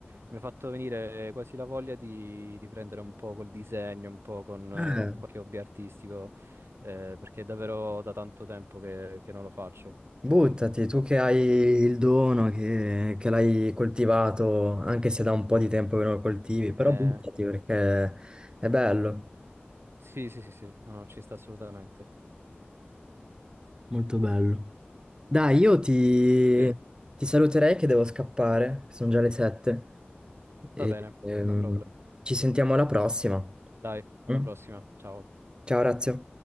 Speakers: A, on the right; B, on the right.
A: mi ha fatto venire quasi la voglia di, di prendere un po' col disegno, un po' con eh,
B: Eh,
A: qualche hobby artistico, eh, perché è davvero da tanto tempo che, che non lo faccio.
B: buttati, tu che hai
A: Mm,
B: il
A: mm.
B: dono, che, che l'hai coltivato, anche se da un po' di tempo che non lo coltivi, però
A: Eh,
B: buttati perché è bello,
A: sì, sì, sì, sì, no, no, ci sta assolutamente.
B: molto bello. Dai, io ti,
A: Sì,
B: ti saluterei che devo scappare, sono già le sette. E,
A: va bene,
B: ehm,
A: no problem.
B: ci sentiamo alla prossima.
A: Dai, alla
B: Mm?
A: prossima. Ciao.
B: Ciao, Razio.